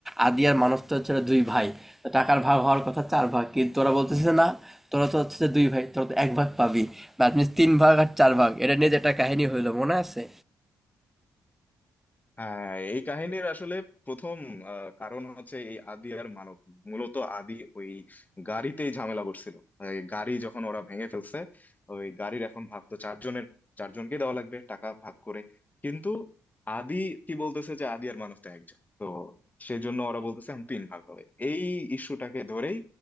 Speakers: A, in the centre; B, on the left.
A: আদি আর মানব তো হচ্ছে ওরা দুই ভাই তো টাকার ভাগ হওয়ার কথা চার ভাগ কিন্তু ওরা বলতেছে যে না তোরা তো হচ্ছে যে দুই ভাই তোরা তো এক ভাগ পাবি বা আপনি তিন ভাগ আর চার ভাগ এটা নিয়ে যে একটা কাহিনী হইলো মনে আছে
B: হ্যাঁ এই কাহিনীর আসলে প্রথম আহ, কারণ হচ্ছে এই আদি আর মানব মূলত আদি ওই গাড়িতেই ঝামেলা করছিল এই গাড়ি যখন ওরা ভেঙে ফেলছে ওই গাড়ির এখন ভাগ তো চারজনের চারজনকে দেওয়া লাগবে টাকা ভাগ করে কিন্তু আদি কি বলতেছে যে আদি আর মানব তো একজন তো সেজন্য ওরা বলতেছে এখন তিন ভাগ হবে এই ইস্যুটাকে ধরেই